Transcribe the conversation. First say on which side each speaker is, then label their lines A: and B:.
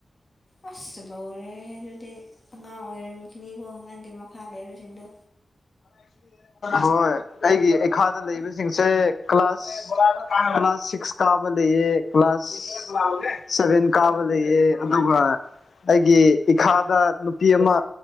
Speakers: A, on the left; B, on the left.
A: ꯑꯁ ꯂꫭꯏꯔꯦꯍꯦ ꯑꯗꯨꯗꯤ ꯑꯉꯥꯡ ꯑꯣꯏꯔꯃꯨꯈꯤꯅꯤꯀꯣ ꯅꯪꯒꯤ ꯃꯈꯥ ꯂꯩꯕꯁꯤꯡꯗꯣ
B: ꯍꯣꯏ ꯑꯩꯒꯤ ꯑꯩꯈꯥꯗ ꯂꯩꯕꯁꯤꯡꯁꯦ ꯀ꯭ꯂꯥꯁ ꯀ꯭ꯂꯥꯁ ꯁꯤꯛꯁ ꯀꯥꯕ ꯂꯩꯑꯦ ꯀ꯭ꯂꯥꯁ ꯁꯚꯦꯟ ꯀꯥꯕ ꯂꯩꯑꯦ ꯑꯗꯨꯒ ꯑꯩꯒꯤ ꯏꯈꯥꯗ ꯅꯨꯄꯤ ꯑꯃ